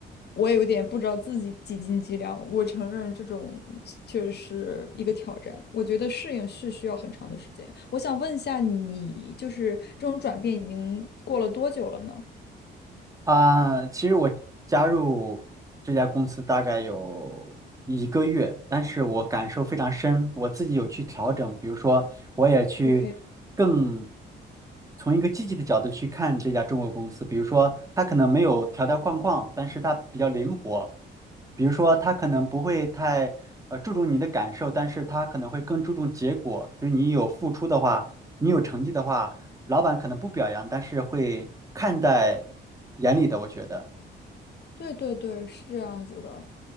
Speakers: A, on the left (about 55°); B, on the right (about 15°).
A: 我也有点不知道自己几斤几两。我承认这种确实是一个挑战，我觉得适应是需要很长的时间。我想问一下你，就是这种转变已经过了多久了呢
B: 啊，其实我加入这家公司大概有一个月，但是我感受非常深，我自己有去调整，比如说我也去更
A: ？OK，
B: 从一个积极的角度去看这家中国公司，比如说它可能没有条条框框，但是它比较灵活，比如说它可能不会太呃注重你的感受，但是它可能会更注重结果，就是你有付出的话，你有成绩的话。老板可能不表扬，但是会看在眼里的，我觉得。
A: 对对对，是这样子的。